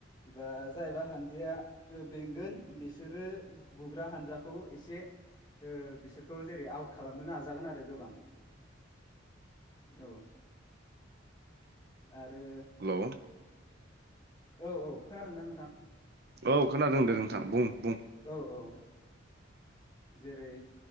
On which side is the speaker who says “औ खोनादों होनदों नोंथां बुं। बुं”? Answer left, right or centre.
Right